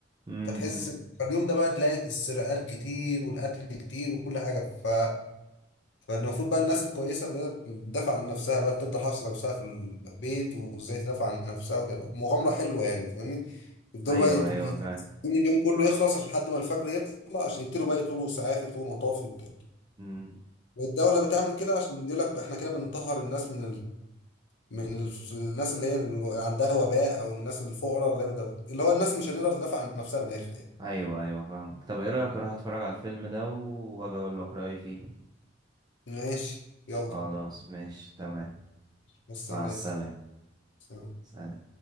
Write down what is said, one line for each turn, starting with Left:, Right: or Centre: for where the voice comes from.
Right: امم
Left: فتحس اليوم ده بقى تلاقي السرقات كتير والقتل كتير وكل حاجة ف... فالمفروض بقى الناس الكويسة اللي هي تدافع عن نفسها بقى تفضل حافظة نفسها في البيت وإزاي تدافع عن نفسها وكده مغامرة حلوة يعني فاهمني يفضلوا
Right: ايوه
Left: بقى يت...
Right: ايوه
Left: يت-
Right: فاهم
Left: اليوم كله يخلص عشان لحد ما الفجر يطلع عشان يبتدوا بقى يطلبوا إسعاف يطلبوا مطافي وبتاع
Right: امم
Left: والدولة بتعمل كده عشان بيقول لك احنا كده بنطهر الناس من من الف- الناس اللي هي اللي عندها وباء او الناس الفقراء اللي بدأ. اللي هو الناس مش هتقدر تدافع عن نفسها من الاخر يعني
Right: ايوه ايوه فاهمك طب ايه رأيك اروح اتفرج على الفيلم ده واجي اقول لك رأيي فيه
Left: ماشي يلا
Right: خلاص ماشي تمام
Left: مستناك
Right: مع السلامة
Left: سلام.
Right: سلام